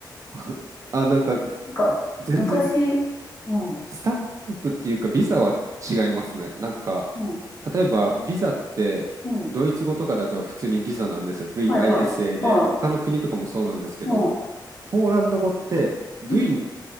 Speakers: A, on the right; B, on the left.
A: う。<laughs> あ、なんか、
B: なんか昔、
A: 全然、
B: うん。
A: スタンプっていうか、ビザは違いますね。なんか、
B: うん
A: 例えば、ビザって、
B: うん。
A: ドイツ語とかだと普通にビザなんですよ。VISA
B: はいはい。
A: で、
B: ああ、
A: 他の国とかもそうなんですけど、
B: ああ、
A: ポーランド語って V
B: うん。
A: っ